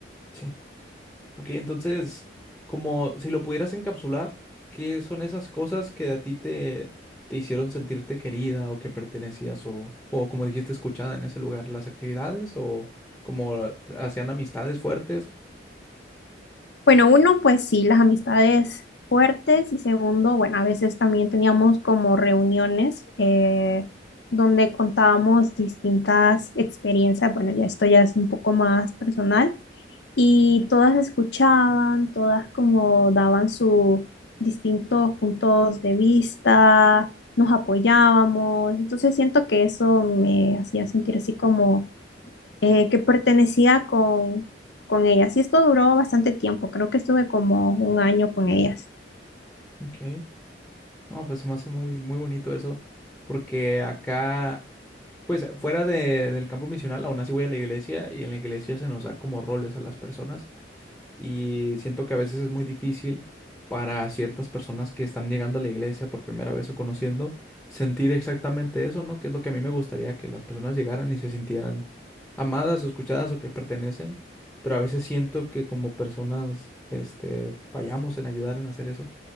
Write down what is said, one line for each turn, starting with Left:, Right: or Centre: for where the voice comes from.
Centre: Sí. Ok, entonces, como si lo pudieras encapsular, ¿qué son esas cosas que a ti te, te hicieron sentirte querida o que pertenecías o, o como dijiste, escuchada en ese lugar? ¿Las actividades o como hacían amistades fuertes?
Left: Bueno, uno, pues sí, las amistades fuertes y segundo, bueno, a veces también teníamos como reuniones eh, donde contábamos distintas experiencias, bueno, ya esto ya es un poco más personal y todas escuchaban, todas como daban sus distintos puntos de vista, nos apoyábamos, entonces siento que eso me hacía sentir así como eh, que pertenecía con, con ellas. Y esto duró bastante tiempo, creo que estuve como un año con ellas.
Centre: Ok, no, pues se me hace muy, muy bonito eso, porque acá, pues fuera de- del campo misional, aún así voy a la iglesia y en la iglesia se nos da como roles a las personas. Y siento que a veces es muy difícil para ciertas personas que están llegando a la iglesia por primera vez o conociendo, sentir exactamente eso, ¿no? Que es lo que a mí me gustaría, que las personas llegaran y se sintieran amadas o escuchadas o que pertenecen. Pero a veces siento que como personas, este, fallamos en ayudar en hacer eso.